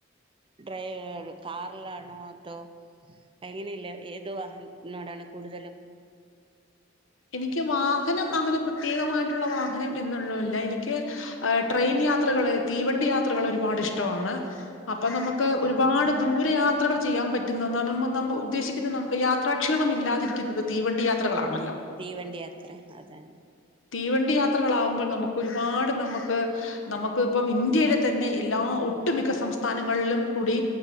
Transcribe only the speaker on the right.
ഡ്രൈവിലാണ് കാറിലാണ് ആൾട്ടോ അതോ അങ്ങനെയല്ല ഏത് വാഹനനോടാണ് കൂടുതലും
അതാണ്
തീവണ്ടി യാത്ര അതതെ